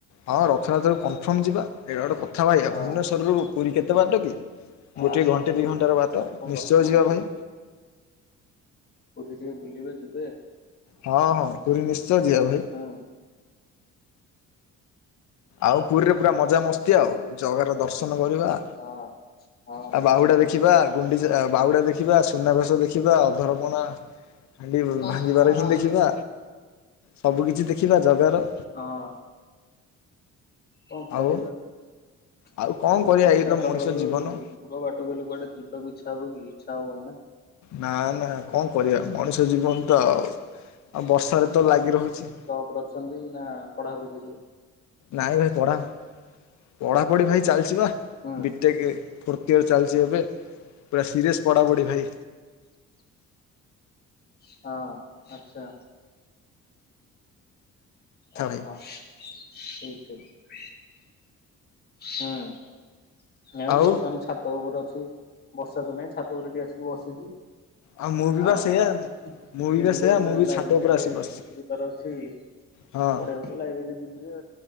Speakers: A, on the left; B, on the left.
A: ହଁ ରଥଯାତ୍ରା କୁ କନଫର୍ମ ଯିବା ଏଇଟା ଗୋଟେ କଥା ଭାଇ ଆଉ
B: ହଁ
A: ଭୁବନେଶ୍ୱରରୁ ପୁରୀ କେତେ ବାଟ କି?
B: ଆଉ
A: ଗୋଟିଏ
B: ଆସନ୍ତୁ
A: ଘଣ୍ଟେ ଦି ଘଣ୍ଟାର ବାଟ
B: ଠାକୁରଙ୍କୁ
A: ନିଶ୍ଚୟ
B: ଦର୍ଶନ
A: ଯିବା
B: କରିବେ।
A: ଭାଇ।
B: ପୁରୀ ରେ ବୁଲିବେ ଯିବେ।
A: ହଁ-ହଁ ପୁରୀ ନିଶ୍ଚୟ ଯିଆ ଭାଇ।
B: ହୁଁ
A: ଆଉ ପୁରୀରେ ପୁରା ମଜାମସ୍ତି ଆଉ ଜଗା ର ଦର୍ଶନ କରିବା।
B: ହଁ-ହଁ
A: ଆଉ
B: ନିଶ୍ଚିନ୍ତ
A: ବାହୁଡ଼ା ଦେଖିବା
B: ନିଶ୍ଚିନ୍ତ।
A: ଗୁଣ୍ଡିଚା, ବାଉଡା ଦେଖିବା, ସୁନାଭେସ ଦେଖିବା, ଅଧରପଣା ହାଣ୍ଡି
B: ହଁ
A: ଭାଙ୍ଗିବାର
B: ହଁ
A: ହିଁ ଦେଖିବା ସବୁ କିିଛି ଦେଖିବା ଜଗା ର।
B: ହଁ। କଁ କରିବା
A: ଆଉ
B: ଏ
A: ଆଉ କଣ କରିବା
B: ବର୍ଷା
A: ଏଇ ତ ମଣିଷ
B: ପାଗରେ
A: ଜୀବନ।
B: ଦୂର ବାଟକୁ ହେଲେ କୁଡେ ଯିବାକୁ ଇଚ୍ଛା ହବ କି ଇଚ୍ଛା ହବନି ନା?
A: ନା ନା କଁ କରିବା ମଣିଷ ଜୀବନ ତ ଆଉ, ଆ ବର୍ଷାରେ ତ ଲାଗି ରହୁଚି।
B: ଜବ୍ ରେ ଅଛନ୍ତି ନା ପଢ଼ାପଢ଼ିରେ?
A: ନାଇଁ ଭାଇ ପଢ଼ା। ପଢାପଢି ଭାଇ ଚାଲିଚି ବା
B: ହୁଁ
A: ବିଟେକେ ଫୋର୍ଥ ଇୟର୍ ଚାଲିଚି ଏବେ। ପୁରା ସିରିୟସ୍ ପଡାପଡି ଭାଇ।
B: ହଁ ଆଚ୍ଛା
A: କଥା
B: ଅହ।
A: ଭାଇ
B: ଠିକ୍ ଅଛି, ହୁଁ <unintelligible> ମୁଁ
A: ଆଉ
B: ବର୍ତ୍ତମାନ୍ ଛାତ ଉପରେ ଅଛି ବର୍ଷା ତ ନାଇଁ ଛାତ ଉପରେ ଟିକେ ଆସିକି ବସିଚି।
A: ଆଉ ମୁଁ ବି ବା
B: ଆ
A: ସେଇଆ। ମୁଁ ବି
B: ଯିବି
A: ବା ସେଇଆ
B: ତ ଏବେ
A: ମୁଁ ବି
B: ଲାଇବ୍ରେରୀ
A: ଛାତ ଉପରେ
B: ଆଡେ
A: ଆସି ବସିଛି
B: ଯିବାର ଅଛି।
A: ହଁ।
B: ଗଡେଇ ହଉଚି ଲାଇବ୍ରେରୀ ଯିବି ଯେ